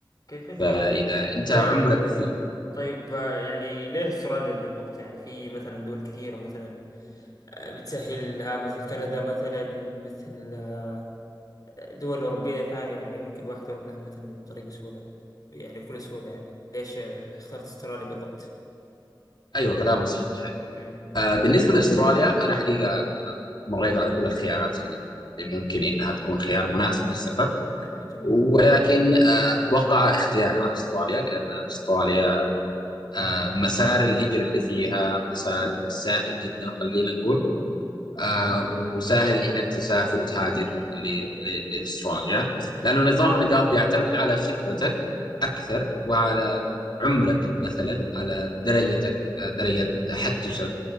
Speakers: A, on the left; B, on the left.
A: أوكي حلو
B: فإذا
A: ط-
B: أنت
A: طيب
B: عمرك في
A: طيب آه، يعني ليه استراليا بالضبط يعني في مثلا دول كثيرة مثلا آه، بتسهلها مثل كندا مثلا مثل آه، دول أوروبية ثانية يعني ممكن الواحد يروح لها مثلا بطريقة سهولة يعني بكل سهولة يعني ليش آه، اخترت استراليا بالضبط؟
B: أيوة كلامك صحيح
A: امم
B: آه، بالنسبة لأستراليا أنا حقيقة مريت على كل الخيارات اللي ممكن إنها تكون خيار مناسب للسفر
A: اوكي جميل
B: ولكن آه، وقع اختياري على أستراليا لأن أستراليا آه، مسار الهجرة اللي فيها مسار سهل جدا خلينا نقول آه،
A: امم
B: وسهل إنك تسافر وتهاجر ل- ل- لأستراليا
A: امم
B: لأنه نظام النقاط بيعتمد على خبرتك أكثر وعلى عمرك مثلا على درجتك آه، درجة تحدثك